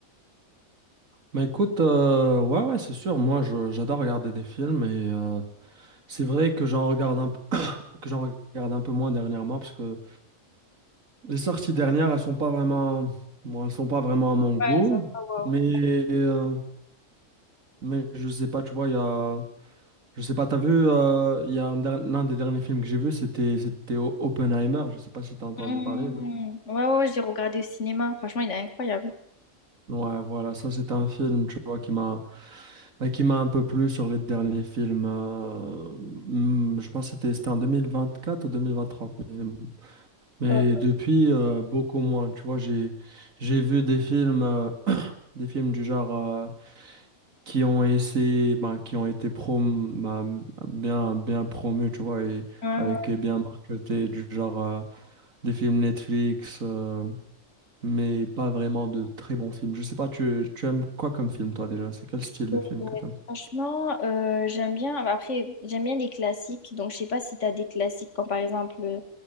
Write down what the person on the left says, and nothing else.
Ouais, sympa, waouh.
Mmh.
Ouais, ouais, ouais, je l'ai regardé au cinéma. Franchement, il est incroyable.
Ouais.
Ouais,
ouais.
Euh,
Franchement, euh, j'aime bien. bah, Après, j'aime bien les classiques. Donc, je sais pas si tu as des classiques comme par exemple euh,